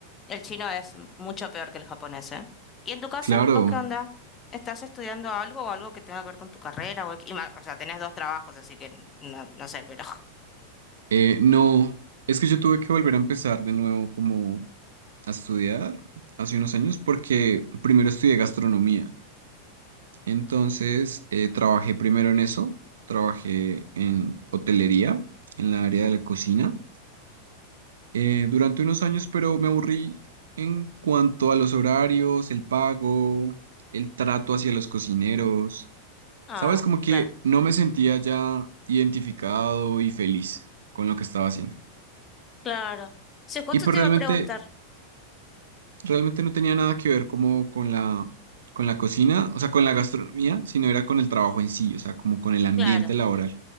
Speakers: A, on the left (about 25°); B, on the right (about 65°).
A: el chino es mucho peor que el japonés, ¿eh? ¿Y en tu caso,
B: Claro,
A: vos qué onda? ¿Estás estudiando algo o algo que tenga que ver con tu carrera? O, y ma- o sea, tenés dos trabajos, así que no, no sé, pero... <laughs>
B: eh, no, es que yo tuve que volver a empezar de nuevo como a estudiar hace unos años porque primero estudié gastronomía, entonces eh, trabajé primero en eso, trabajé en hotelería, en la área de la cocina. eh, durante unos años, pero me aburrí en cuanto a los horarios, el pago, el trato hacia los cocineros.
A: Ah,
B: Sabes, como que
A: claro.
B: no me sentía ya identificado y feliz con lo que estaba haciendo.
A: Claro. Sí, justo
B: Y pues
A: te
B: realmente,
A: iba a preguntar.
B: realmente no tenía nada que ver como con la, con la cocina, o sea, con la gastronomía, sino era con el trabajo en sí, o sea, como con el ambiente
A: Claro,
B: laboral.